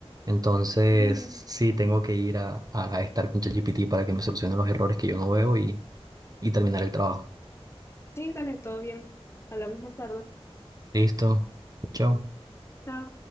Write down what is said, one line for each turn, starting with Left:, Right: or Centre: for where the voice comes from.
Right: Entonces,
Left: Ah, bueno.
Right: sí, tengo que ir a, a estar con ChatGPT para que me solucione los errores que yo no veo y, y terminar el trabajo.
Left: Sí, dale, todo bien. Hablamos más tarde.
Right: Listo. Chao.
Left: Chao.